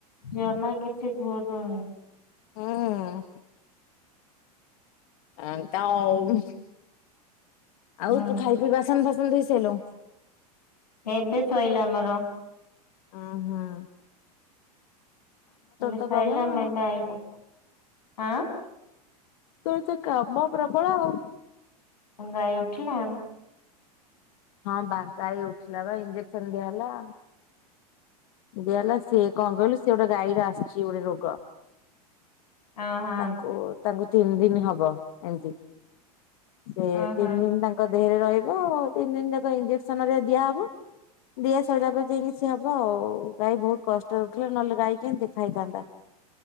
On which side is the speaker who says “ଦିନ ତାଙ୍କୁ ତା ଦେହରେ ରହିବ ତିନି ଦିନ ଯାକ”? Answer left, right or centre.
Left